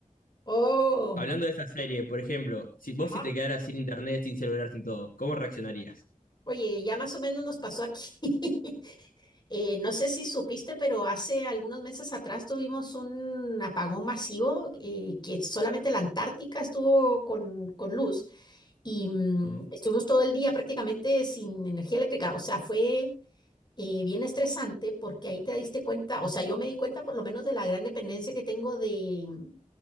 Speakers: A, on the left (about 30°); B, on the left (about 90°).
A: oh,
B: Hablando de esa serie, por ejemplo, si vos
A: ajá.
B: si te quedaras sin internet, sin celular, sin todo, ¿cómo reaccionarías?
A: Oye, ya más o menos nos pasó aquí. <laughs> Eh, no sé si supiste, pero hace algunos meses atrás tuvimos un apagón masivo eh, que solamente la Antártica estuvo con, con luz y mm,
B: Mm,
A: estuvimos todo el día prácticamente sin energía eléctrica. O sea, fue eh, bien estresante porque ahí te diste cuenta, o sea, yo me di cuenta por lo menos de la gran dependencia que tengo de mm,